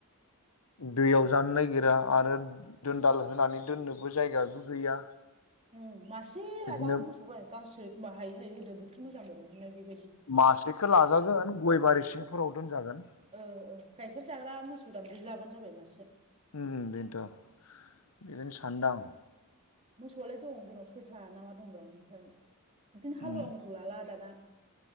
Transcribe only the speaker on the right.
उम मासे
लाजागोन मोसौ गाय गांसो एखमबा हायै हायै होदो बोथोर मोजांबाबो <unintelligible>
ओ ओ गाइखेर जाग्रा मोसौ दामब्रि लाबानो जाबाय मासे।
मोसौआलाय दं जोंनाव सयथा ना मा दंदां ओमफ्राय इदिनो हालुवा
मोसौ लाला दाना।